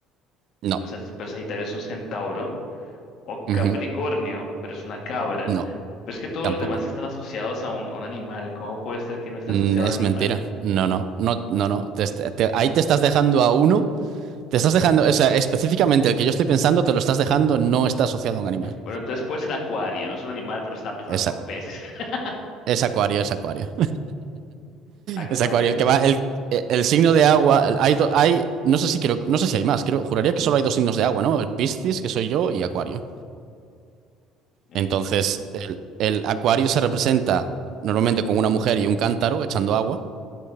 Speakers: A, on the right; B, on the left.
A: No.
B: pero, Sa- pero Sagitario es un centauro, o
A: Ujú.
B: Capricornio, pero es una cabra.
A: No,
B: Pero es que todos
A: tampoco.
B: los demás están asociados a un, a un animal. ¿Cómo puede ser que no esté
A: Mm,
B: asociado
A: es
B: a un animal?
A: mentira. No, no, no, no, no. Te est- te- ahí te estás dejando a uno, te estás dejando, o sea, específicamente el que yo estoy pensando, te lo estás dejando, no está asociado a un animal.
B: Bueno, entonces puede ser Acuario, no es un animal, pero está pensando
A: Esa-
B: como en peces. <laughs>
A: es acuario, es acuario.
B: Acuario,
A: Es Acuario, el que va, el, el signo de agua, el- hay, do- hay, no sé si creo, no sé si hay más, creo, juraría que solo hay dos signos de agua, ¿no? El Piscis, que soy yo, y Acuario.
B: eh,
A: Entonces, el, el Acuario se representa normalmente con una mujer y un cántaro echando agua,